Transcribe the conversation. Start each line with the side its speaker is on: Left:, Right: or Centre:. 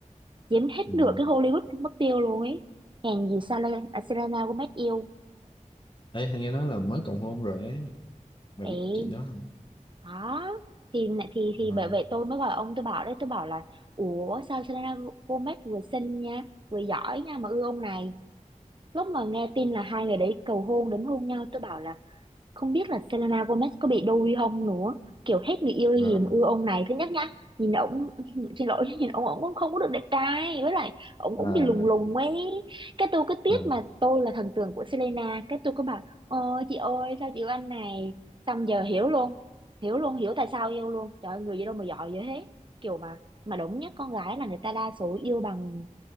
Right: chiếm hết
Left: ừ.
Right: nửa cái Hollywood mất tiêu luôn ấy hèn gì Sale- à, Selena Gomez yêu
Left: Ê, nghe nói là mới cầu hôn rồi ấy Bà
Right: ấy
Left: biết chị đó không?
Right: đó thì thì thì
Left: À,
Right: bởi vậy tôi mới gọi ông tôi bảo đấy tôi bảo là ủa sao Selena Gomez vừa xinh nha vừa giỏi nha mà ưa ông này lúc mà nghe tin là hai người đấy cầu hôn đến hôn nhau tôi bảo là không biết là Selena Gomez có bị đôi không nữa kiểu hết người yêu gì
Left: à,
Right: mà yêu ông này thứ nhất nhá nhìn ổng <laughs> xin lỗi nhìn ổng ổng cũng không có được đẹp trai với lại ổng cũng
Left: à,
Right: bị lùng lùng ấy cái tôi cứ tiếc
Left: à,
Right: mà tôi là thần tượng của Selena cái tôi cứ bảo ôi chị ơi sao chị yêu anh này xong giờ hiểu luôn hiểu luôn hiểu tại sao yêu luôn trời ơi, người gì đâu mà giỏi vậy thế kiểu mà mà đúng nhất con gái là người ta đa số yêu bằng